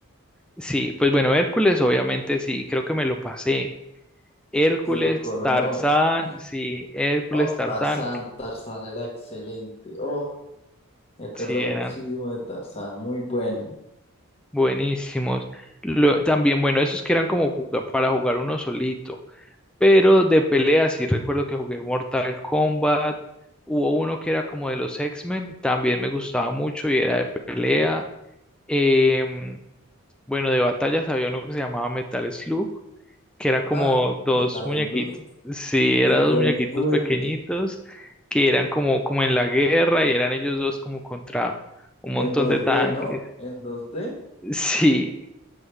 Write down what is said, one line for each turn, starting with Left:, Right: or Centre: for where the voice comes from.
Centre: Sí, pues bueno, Hércules, obviamente sí, creo que me lo pasé. Hércules,
Left: Se lo coronó.
Centre: Tarzán,
Left: Mm.
Centre: sí, Hércules,
Left: Oh,
Centre: Tarzán,
Left: Tarzán, Tarzán era excelente. Oh, me acuerdo
Centre: sí, eran
Left: muchísimo de Tarzán, muy bueno.
Centre: buenísimos. Lo- también, bueno, esos que eran como juga- para jugar uno solito, pero de pelea sí recuerdo que jugué Mortal Kombat, hubo uno que era como de los X-Men, también me gustaba mucho y era de pelea. Em, bueno, de batallas había uno que se llamaba Metal Slug que era como
Left: Ah,
Centre: dos
Left: tal
Centre: muñequitos,
Left: el ludo
Centre: sí, eran
Left: súper
Centre: dos muñequitos
Left: bueno.
Centre: pequeñitos que eran como, como en la guerra y eran ellos dos como contra un montón
Left: En 2D,
Centre: de tanques,
Left: ¿no? En 2D.
Centre: <laughs> sí.